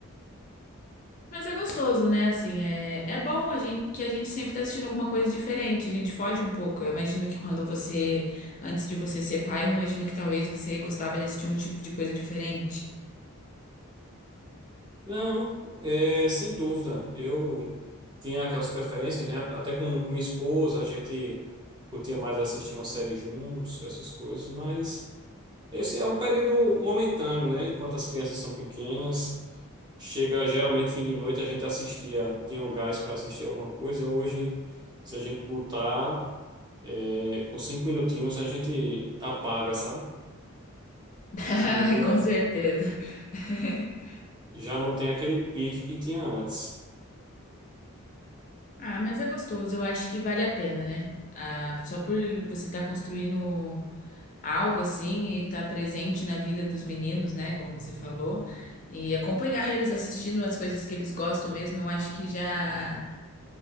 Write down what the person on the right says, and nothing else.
Não, é, sem dúvida. Eu tinha aquelas preferências, né? Até com, com minha esposa, a gente curtia mais assistir uma série juntos, essas coisas, mas esse é um período momentâneo, né? Enquanto as crianças são pequenas, chega geralmente fim de noite, a gente assistia, tinha um gás para assistir alguma coisa. Hoje, se a gente botar, é, com cinco minutinhos, a gente apaga, sabe?
E
é,
já não tem aquele pique que tinha antes.